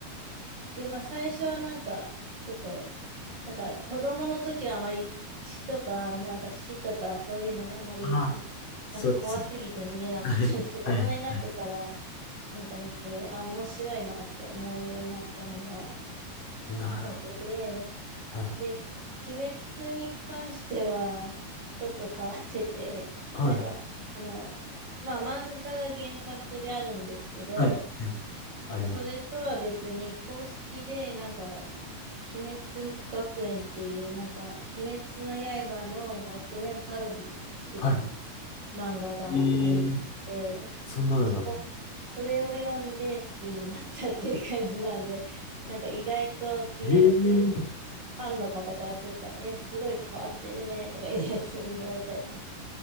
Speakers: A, on the right; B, on the left.
A: で、まあ、最初はなんか、ちょっと、なんか、子供の時はあまり血とか、なんか死とか、そういうのがあまり、
B: ああそうですね
A: なんか怖すぎて見れなかったんですけど、
B: はい。
A: 大人になってから、
B: はい。
A: なんか見て、あ、面白いなって思うようになったのが
B: なるほど。
A: きっかけで、
B: はい。
A: で、鬼滅に関しては、ちょっと変わってて、
B: はい。
A: なんか、あの、まあ、漫画が原作であるんですけど、
B: はい。はいあります。
A: それとは別に、公式で、なんか、鬼滅学園っていう、なんか、鬼滅の刃の学園パロディ的な
B: はい。
A: 漫画がありまして、
B: えーそんなのがある。
A: そこ、それを読んで好きになったっていう感じなんで、<laughs> なんか意外と鬼滅フ
B: ええ
A: ァンの方からすると、え、すごい変わってるねとか言われて、言われたりします。